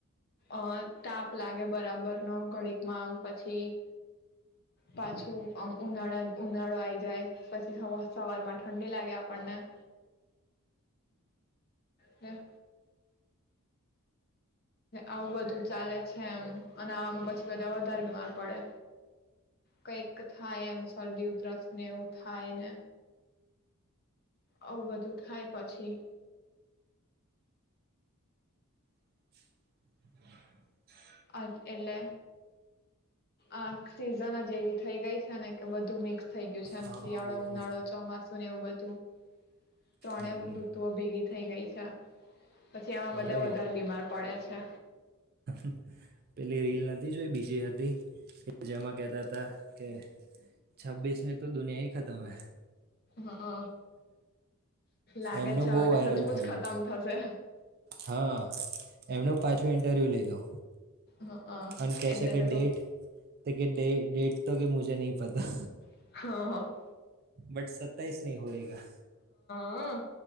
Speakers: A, on the left (about 45°); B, on the right (about 45°).
A: અ તાપ લાગે બરાબર નો ઘડીકમાં આમ પછી પાછું આમ ઉનાળા ઉનાળો આઈ જાય પછી સવાર માં ઠંડી લાગે પણ હમ. આવું બધું ચાલે છે એમ અને આવામાં પછી બધા વધારે બીમાર પડે કંઈક થાય એમ શરદી ઉધરસ ને એવું થાય ને આવું બધું થાય પછી
B: <inaudible>
A: એટલે આ સિઝન જ એવી થઈ ગઈ છે ને કે બધું મિક્સ. થઈ ગયું છે એમ
B: હા,
A: શિયાળો
B: હા. બોલ,
A: ઉનાળો
B: બોલ.
A: ચોમાસું એવું બધું તો. ત્રણે
B: હમ.
A: ઋતુઓ ભેગી થઈ ગઈ છે. અચ્છા. પછી એમાં
B: અરે
A: બધા વધારે બીમાર પડે છે.
B: <inaudible> પેલી રીલ નથી જોઈ બીજી હતી <inaudible> જેમાં કહેતા હતા કે છબ્બીસ મે તો દુનિયા હી ખતમ હ
A: હા લાગે
B: એમનો
A: છે
B: બહુ
A: હવે
B: વાયરલ
A: સચમુંચ
B: થયો.
A: ખતમ થશે
B: હા એમનો પાછો ઇન્ટરવ્યૂ લીધો
A: હ
B: અને કહે
A: એટલે
B: છે કે
A: તો
B: ડેટ તો કેે ડેટ તો કે મુજે નહીં પતા
A: કહ હા હ.
B: બટ સત્તાઈસ નહી હોયગા
A: હા.